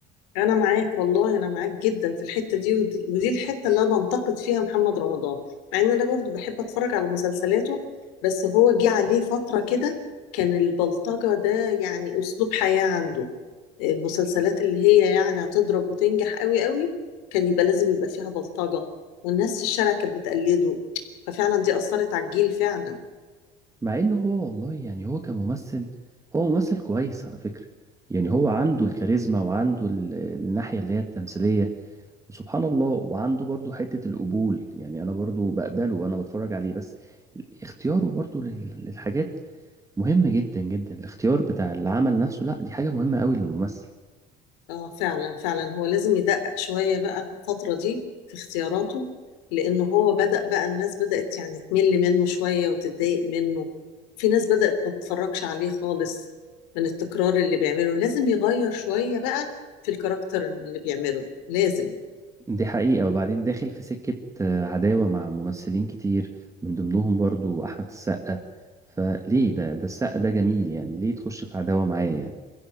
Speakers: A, on the left; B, on the right.
A: انا معاك والله انا معاك جدا في الحته دي ودي, ودي الحته اللي انا بنتقد فيها محمد رمضان مع ان انا برضو بحب اتفرج على مسلسلاته بس هو جه عليه فتره كده كان البلطجه ده يعني اسلوب حياه عنده المسلسلات اللي هي يعني هتضرب وتنجح قوي قوي كان يبقى لازم يبقى فيها بلطجه والناس في الشارع كانت بتقلده ففعلا دي اثرت على الجيل فعلا
B: مع ان هو والله يعني هو كممثل هو ممثل كويس على فكرة يعني هو عنده الكاريزما وعنده ال- الناحية اللي هي التمثيلية سبحان الله وعنده برضو حتة القبول يعني أنا برضو بقبله وأنا بتفرج عليه بس اختياره برضو لل- للحاجات مهمة جدا جدا الاختيار بتاع العمل نفسه لا دي حاجة مهمة قوي للممثل
A: اه فعلا فعلا هو لازم يدقق شوية بقى في الفترة دي في اختياراته لأنه هو بدأ بقى الناس بدأت يعني تمل منه شوية وتتضايق منه في ناس بدأت ما تتفرجش عليه خالص من التكرار اللي بيعمله لازم يغير شوية بقى في الكاركتر اللي بيعمله لازم
B: دي حقيقة وبعدين داخل في سكة آه، عداوة مع ممثلين كتير من ضمنهم برضو أحمد السقا فليه ده ده السقا ده جميل يعني ليه تخش في عداوة معاه يعني